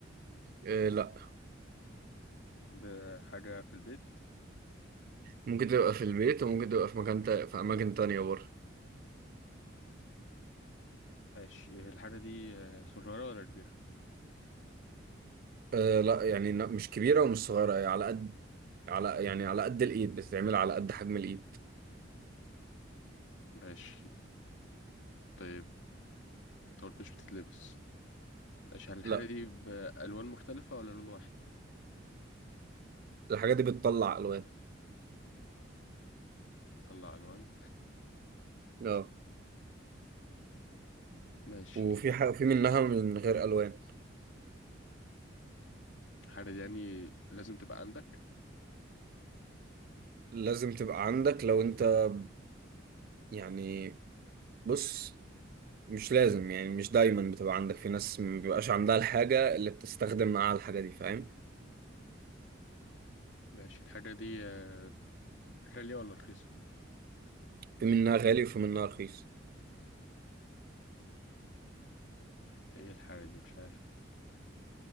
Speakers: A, on the right (about 50°); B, on the left (about 70°).
A: آه لا
B: بحاجة في البيت
A: ممكن تبقى في البيت وممكن تبقى في مكان تا... في أماكن تانية برضه
B: ماشي آه، الحاجة دي آه، صغيرة ولا كبيرة
A: آه لا يعني لا، مش كبيرة ومش صغيرة يعني على قد على يعني على قد الايد بتتعمل على قد حجم الايد
B: ماشي طيب أنت قلت مش بتتلبس ماشي هل الحاجة
A: لا
B: دي بألوان مختلفة ولا لون واحد
A: الحاجه دي بتطلع الوان
B: طلع ألوان
A: اه
B: ماشي
A: وفي حاجه في منها من غير الوان
B: الحاجة دي يعني لازم تبقى عندك
A: لازم تبقى عندك لو انت يعني بص مش لازم يعني مش دايما بتبقى عندك في ناس ما بيبقاش عندها الحاجه اللي بتستخدم معاها الحاجه دي فاهم
B: ماشي الحاجة دي آه، غالية ولا رخيصة
A: في منها غالي وفي منها رخيص
B: ده إيه الحاجة دي مش عارف